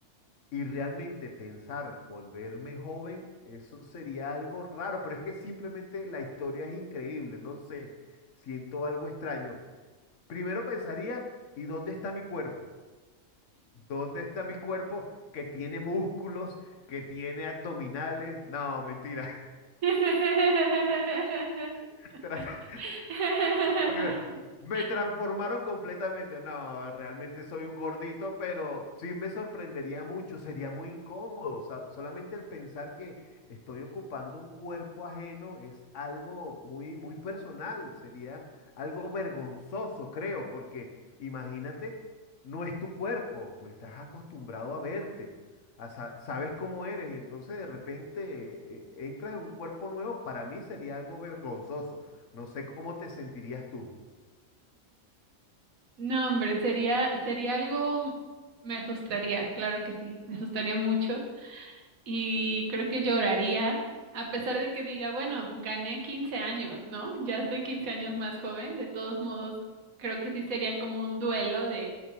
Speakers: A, on the left; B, on the right.
A: y realmente pensar volverme joven, eso sería algo raro, pero es que simplemente la historia es increíble, no sé, siento algo extraño. Primero pensaría, ¿y dónde está mi cuerpo? ¿Dónde está mi cuerpo que tiene músculos, que tiene abdominales? No, mentira.
B: <laughs>
A: <laughs>
B: <laughs>
A: Primero, me transformaron completamente. No, realmente soy un gordito, pero sí me sorprendería mucho, sería muy incómodo. O sea, solamente el pensar que estoy ocupando un cuerpo ajeno es algo muy, muy personal, sería algo vergonzoso, creo, porque imagínate, no es tu cuerpo, tú estás acostumbrado a verte a sa- sabes cómo eres y entonces de repente eh, eh, entras en un cuerpo nuevo, para mí sería algo vergonzoso. No sé cómo te sentirías tú.
B: No, hombre, sería, sería algo, mm, me asustaría, claro que sí, me asustaría mucho y creo que lloraría, a pesar de que diga, bueno, gané 15 años, ¿no? Ya estoy 15 años más joven, de todos modos, creo que sí sería como un duelo de,